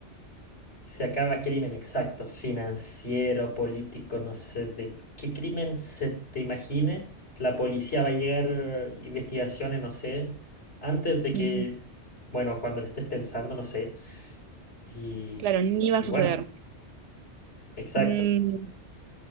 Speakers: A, on the left; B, on the right.
A: Se acaba crimen, exacto, financiero, político, no sé de qué crimen se te imagine. La policía va a llegar eh, investigaciones, no sé, antes de que,
B: Ujú.
A: bueno, cuando le estés pensando, no sé. Y,
B: Claro, ni va
A: y
B: a suceder.
A: bueno, exacto.
B: Mm,